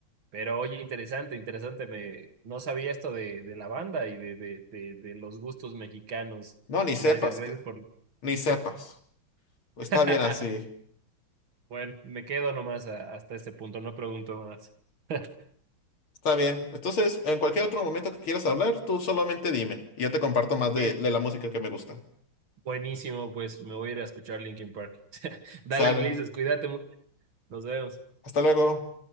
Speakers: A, on the right; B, on the left.
A: Pero oye, interesante, interesante, me no sabía esto de, de la banda y de, de, de, de los gustos mexicanos.
B: No, ni sepas,
A: Gracias, gracias
B: ca-
A: por...
B: ni sepas. Está
A: <laughs>
B: bien así,
A: Bueno, me quedo nomás a- hasta este punto, no pregunto más. <laughs>
B: está bien. Entonces, en cualquier otro momento que quieras hablar, tú solamente dime y yo te comparto más de,
A: Sí.
B: de la música que me gusta.
A: Buenísimo, pues me voy a ir a escuchar Linkin Park. <laughs> Dale,
B: Sale.
A: Luis, cuídate mucho, nos vemos.
B: Hasta luego.